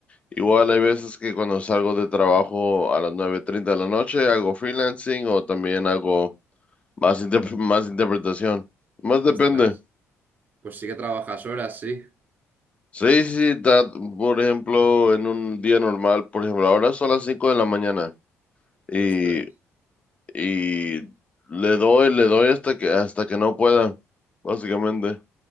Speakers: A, on the left (about 25°); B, on the right (about 35°).
A: Igual hay veces que cuando salgo de trabajo a las nueve treinta de la noche hago freelancing o también hago más, inter- <laughs> más interpretación. Más depende.
B: Ostras. Pues sí que trabajas horas, sí.
A: Sí, sí, sí, ta- por ejemplo, en un día normal, por ejemplo, ahora son las 5 de la mañana y,
B: Ostras.
A: y le doy, le doy hasta que, hasta que no pueda, básicamente.